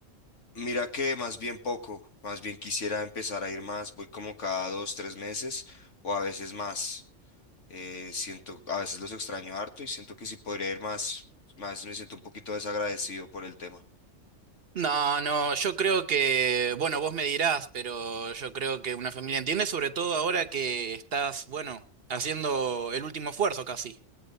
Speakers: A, on the left (about 70°); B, on the right (about 55°).
A: mira que más bien poco, más bien quisiera empezar a ir más, voy como cada dos, tres meses o a veces más. Eh, siento, a veces los extraño harto y siento que si podría ir más, a veces me siento un poquito desagradecido por el tema.
B: No, no, yo creo que, bueno, vos me dirás, pero yo creo que una familia entiende, sobre todo ahora que estás, bueno, haciendo el último esfuerzo casi.